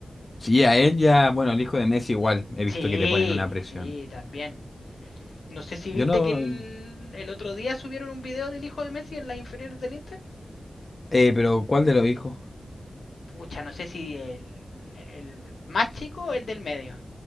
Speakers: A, on the left; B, on the left.
A: Sí, a él ya, bueno, el hijo de Messi igual, he visto
B: Sí,
A: que te ponen una presión.
B: sí, también. No sé si
A: Yo
B: viste
A: no,
B: que el, el otro día subieron un video del hijo de Messi en las inferiores del Inter.
A: eh, pero ¿cuál de los hijos?
B: Pucha, no sé si el, el más chico o el del medio.